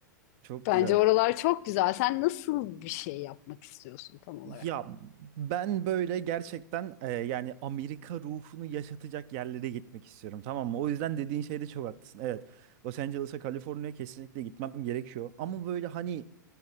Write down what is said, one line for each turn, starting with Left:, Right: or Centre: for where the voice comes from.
Right: Çok
Left: Bence
Right: güzel.
Left: oralar çok güzel. Sen nasıl bir şey yapmak istiyorsun tam olarak?
Right: Ya ben böyle gerçekten e, yani Amerika ruhunu yaşatacak yerlere gitmek istiyorum tamam mı? O yüzden dediğin şeyde çok haklısın. Evet Los Angeles'a Kaliforniya kesinlikle gitmem gerekiyor. Ama böyle hani